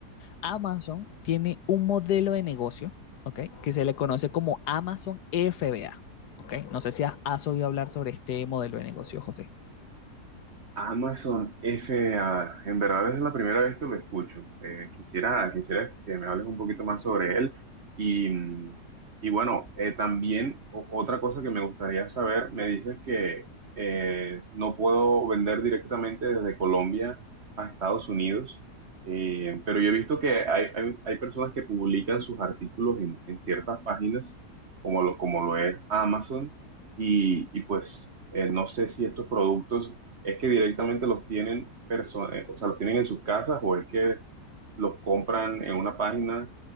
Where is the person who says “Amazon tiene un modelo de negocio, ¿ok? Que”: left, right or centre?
Left